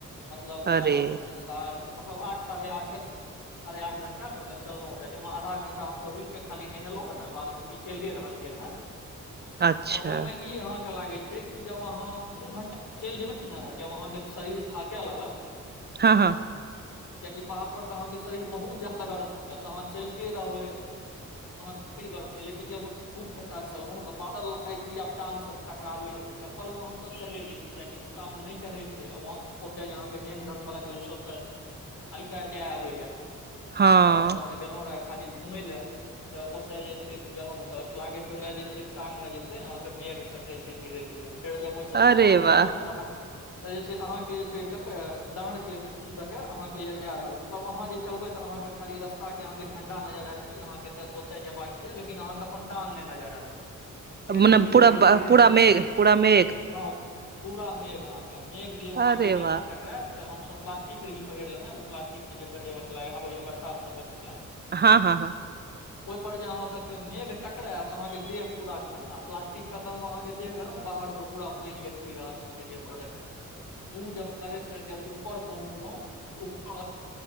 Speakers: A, on the left; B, on the right.
A: मतलब
B: अरे
A: वएह सात मतलब आठ सारे आठ सारे आठ घण्टा ओहिमे चलहुं रहै जाहिमे आधा घंटा हमसभ रुकिकऽ खाली नहेलहुँ रहे बादमे बाकी चलिते रहलियै रहए
B: अच्छा
A: तऽ ओहिमे ई अहाँके लागै छैय कि जब अहाँ दू घंटा चलि जेबै ने जब अहाँके शरीर थाकय लागत
B: हँ
A: कियाकि पहाड़पर तऽ अहाँके शरीर बहुत ज्यादा गरम होइए तऽ अहाँ चलिते रहबै काफी गरम छै लेकिन जब दू घंटा चलहुं तऽ बादल लागे रहय आब टाँंग से टकराबे रह तऽ चप्पल मे हम सब चढ़ेलियै कियाकि जूतामे नहि चढ़ै छै ओतय जे अहाँके जैन धर्मशला छै ओसभ तऽ एहिपर जाय आबैया
B: हँ
A: तऽ हमसभ ते गेलहुँ रहे खाली घूमय ले तऽ ओतय जे छै गेलहु तऽ लागे पहिले जे छै टांग मे जे छै अहाँके मेघ सटे छै धीरे धीरे फेर जब ओहि सब
B: अरे
A: ऊपर चढ़लहुँ
B: वाह
A: तहन त जे छै अहाँके जे छै कते डाँड़ के द के अहाँके जाय रहल मतलब अहाँ जे चलबै तऽ अहाँके खाली रस्ता के अहाँके झंडा नजर आयत क कि अहाँके एतऽ स ओते जेयबाक ये लेकिन अहाँके अपन टांग नइ नजर आत धीरे
B: मने
A: धीरे
B: पूरा
A: धीरे
B: ब-
A: धीरे
B: पूरा मेघ पूरा मेघ
A: हँ पूरा मेघ अहाँके मेघ जे अहाँके
B: अरे
A: देह
B: वाह
A: मे टकरात तऽ हमसब प्लास्टिक रही पहिर लेने ओ प्लास्टिक के जे पहिरे वाल आबे या बरसात से बचे लए
B: हँ हँ
A: ओह पर जे अह देखब मेघ टकरायत अहं के देह पूरा ठंडा प्लास्टिक के अंर मे अहाँ के देह गरम बाहर से पूरा पानि गच <unintelligible> भी रहलके देह। ओ जब करे करेत जब ऊपर पहुंचलो त ऊपर